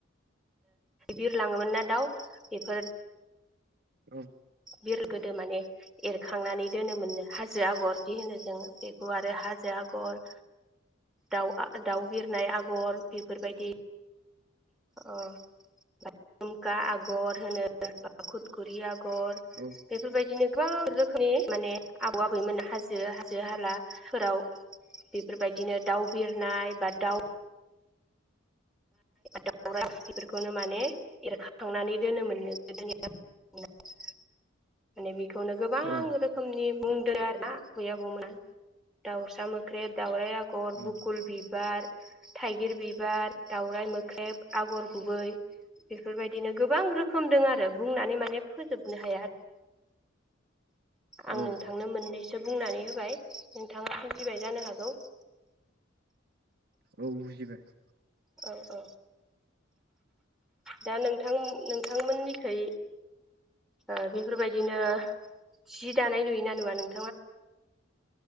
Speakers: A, in the centre; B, on the right.
A: बिरलाङोमोन ना दाउ बेफोर
B: औ
A: बिर गोदो माने एरखांनानै दोनोमोनो हाजो आगरदि होनो जोङो बेखौ आरो हाजो आगर दाउ दाउ बिरनाय आगर बेफोरबायदि ओ जुमखा आगर होनो बा खुद खुरिया आगर
B: औ
A: बेफोरबायदिनो गोबां रोखोमनि माने आबौ आबैमोन हाजो हाजो हालाफोराव बेफोरबायदिनो दाउ बिरनाय बा दाउ दावराय बेफोरखौनो माने एरखाखांनानै दोनोमोनो गोदो आबौ आबै मोना । माने बेखौनो गोबां
B: औ
A: रोखोमनि बुंदों आरो ना आबै आबौमोना दाउसा मोख्रेब, दाउराय आगर,
B: औ
A: बुकुल बिबार थाइगिर बिबार, दावराइ मोख्रेब, आगर गुबै बेफोरबायदिनो गोबां रोखोम दं आरो बुंनानै माने फोजोबनो हाया आरो । आं
B: औ
A: नोंथांनो मोननैसो बुंनानै होबाय नोंथाङा बुजिबाय जानो हागौ ।
B: औ बुजिबाय ।
A: औ औ दा नोंथां नोंथांमोननिखै ओ बेफोरबायदिनो जि दानाय नुयोना नुवा नों